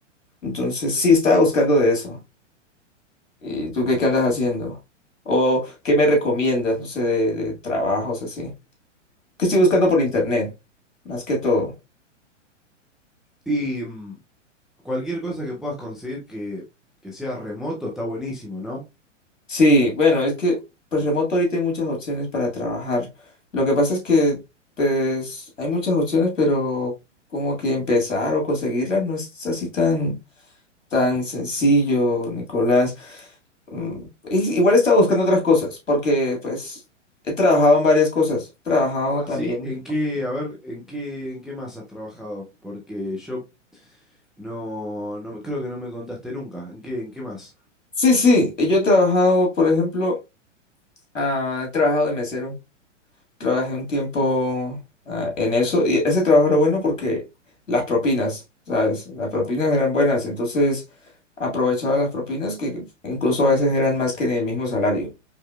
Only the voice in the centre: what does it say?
Y mm, cualquier cosa que puedas conseguir que, que sea remoto está buenísimo, ¿no?
Ah,
sí, ¿en qué, a ver, en qué, en qué más has trabajado? Porque yo No, no, me- creo que no me contaste nunca. ¿En qué, en qué más?